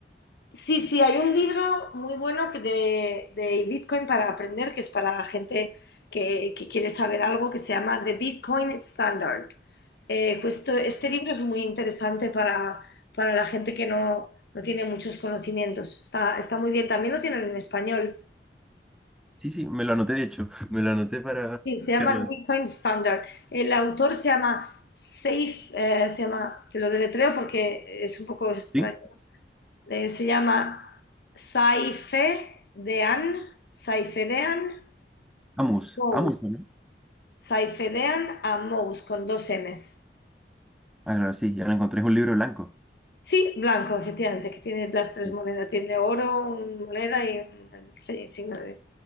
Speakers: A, on the left (about 60°); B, in the centre.
A: Sí, sí, hay un libro muy bueno que de, de Bitcoin para aprender, que es para la gente que, que quiere saber algo, que se llama The Bitcoin Standard. Eh, justo este libro es muy interesante para, para la gente que no, no tiene muchos conocimientos. Está, está muy bien. También lo tienen en español.
B: Sí, sí, me lo anoté, de hecho, <laughs> me lo anoté para
A: Sí, se
B: buscarlo.
A: llama Bitcoin Standard. El autor se llama Safe, eh, se llama, te lo deletreo porque es un poco extraño.
B: ¿Sí?
A: Eh, se llama Saifedean, Saifedean
B: Amus,
A: Mous,
B: Amus, ¿o ¿no?
A: Saifedean Amous, con dos M's.
B: Ah, claro, sí, ya lo encontré, es un libro blanco.
A: Sí, blanco, efectivamente, que tiene las tres
B: Sí,
A: monedas. Tiene oro, una moneda y un sí, signo de...